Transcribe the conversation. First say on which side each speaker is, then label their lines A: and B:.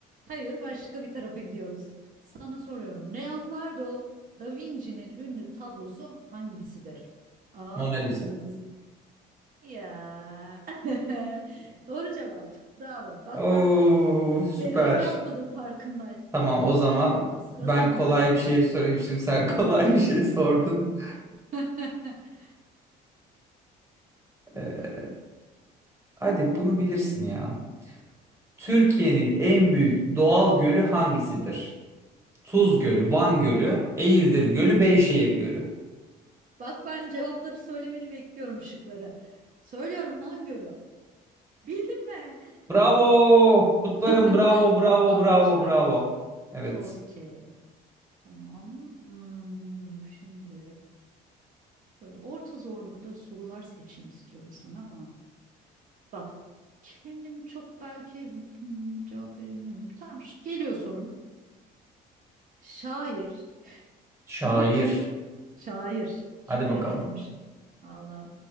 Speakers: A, on the right; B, on the right.
A: Hayır başka bir tarafa gidiyoruz. Sana soruyorum. Leonardo da Vinci'nin ünlü tablosu hangisidir? A.
B: <laughs> Mona Lisa.
A: Yıldız. Ya. <laughs> Doğru cevap. Bravo. Bak
B: Oo
A: ben
B: süper.
A: Gerilim yapmadım farkındaysan.
B: Tamam o zaman
A: Hadi bakalım sıra
B: ben
A: sende.
B: kolay bir şey sorayım şimdi sen <laughs> kolay bir şey sordun.
A: <laughs>
B: Ee,
A: Ha,
B: hadi bunu bilirsin ya. Türkiye'nin en büyük doğal gölü hangisidir? Tuz Gölü, Van Gölü, Eğirdir Gölü,
A: hmm.
B: Beyşehir Gölü.
A: Bak ben cevapları söylemeni bekliyorum şıkları. Söylüyorum Van Gölü. Bildin mi?
B: Bravo! Kutlarım
A: <laughs>
B: bravo bravo
A: Alkışlar.
B: bravo bravo. Evet.
A: Okey. Tamam. Hmm, şimdi böyle orta zorlukta sorular seçeyim istiyorum sana ama bak kendim çok belki hmm, cevap verebilirim. Tamam şu- geliyor sorun. Şair
B: Şair.
A: Bir çocuk şair. Şair
B: Hadi bakalım.
A: ne demiş? Allah.